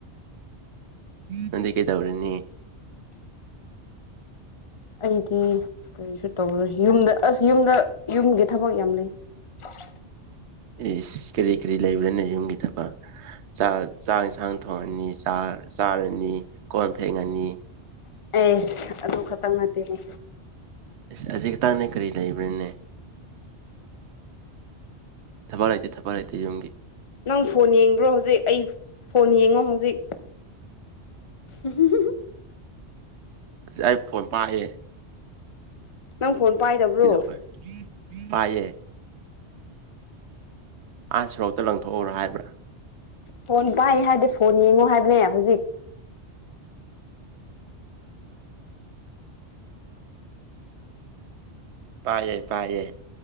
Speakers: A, on the right (about 75°); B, on the left (about 35°).
A: ꯅꯗꯤ ꯀꯩꯇꯧꯔꯅꯤ
B: ꯑꯩꯗꯤ ꯀꯔꯤꯁꯨ ꯇꯧꯔꯣꯏ ꯌꯨꯝꯗ ꯑꯁ ꯌꯨꯝꯗ ꯌꯨꯝꯒꯤ ꯊꯕꯛ ꯌꯥꯝ ꯂꯩ ꯆꯤꯔꯤꯔꯤ
A: ꯏꯁ ꯀꯔꯤ ꯀꯔꯤ ꯂꯩꯕ꯭ꯔꯥꯅꯦ ꯌꯨꯝꯒꯤ ꯊꯕꯛ ꯆꯥꯛ ꯆꯥꯛ ꯌꯦꯟꯁꯥꯡ ꯊꯣꯡꯉꯅꯤ ꯆ ꯆꯥꯔꯅꯤ ꯀꯣꯟ ꯐꯦꯡꯉꯥꯅꯤ
B: ꯑꯦꯁ ꯑꯗꯨ ꯈꯛꯇꯪ ꯅꯠꯇꯦꯅꯦ
A: ꯍꯧꯖꯤꯛ ꯈꯇꯪꯅꯦ ꯀꯔꯤ ꯂꯩꯕꯅꯦ ꯊꯕꯛ ꯂꯩꯇꯦ ꯊꯕꯛ ꯂꯩꯇꯦ ꯌꯝꯒꯤ
B: ꯅꯪ ꯐꯣꯟ ꯌꯦꯡꯕ꯭ꯔꯣ ꯍꯧꯖꯤꯛ ꯑꯩ ꯐꯣꯟ ꯌꯦꯡꯉꯣ ꯍꯧꯖꯤꯛ ꯍ ꯍ ꯍ
A: ꯑꯩ ꯐꯣꯟ ꯄꯥꯛꯑꯦ
B: ꯅꯪ ꯐꯣꯟ ꯄꯥꯏꯗꯕ꯭ꯔꯣ
A: ꯀꯗ ꯑꯣꯏꯦ ꯄꯥꯏꯌꯦ ꯑꯥ ꯁꯣꯔꯣꯛꯇ ꯂꯪꯊꯣꯛꯎꯔꯣ ꯍꯥꯏꯕ꯭ꯔꯥ
B: ꯐꯣꯟ ꯄꯥꯏ ꯍꯥꯏꯔꯗꯤ ꯐꯣꯟ ꯌꯦꯡꯉꯣ ꯍꯥꯏꯕꯅꯦ ꯍꯧꯖꯤꯛ
A: ꯄꯥꯏꯌꯦ ꯄꯥꯏꯌꯦ